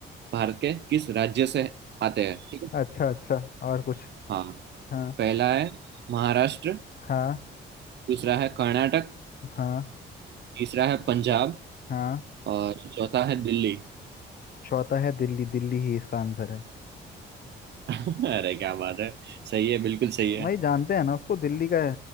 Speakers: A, on the right; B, on the left.
A: भारत के किस राज्य से आते हैं ठीक है
B: अच्छा अच्छा और कुछ
A: हाँ
B: हाँ
A: पहला है महाराष्ट्र
B: हाँ
A: दूसरा है कर्नाटक
B: हाँ
A: तीसरा है पंजाब
B: हाँ
A: और चौथा है दिल्ली
B: चौथा है दिल्ली दिल्ली ही इसका आंसर है
A: <laughs> अरे क्या बात है सही है बिल्कुल सही है
B: भाई जानते हैं ना उसको दिल्ली का है